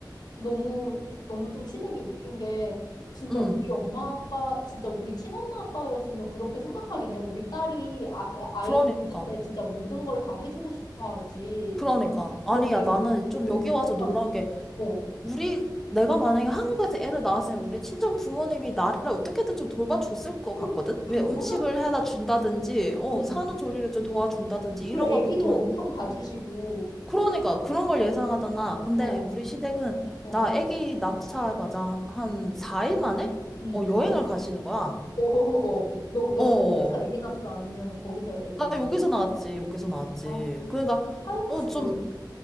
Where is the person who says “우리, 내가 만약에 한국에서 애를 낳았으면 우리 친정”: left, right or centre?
Centre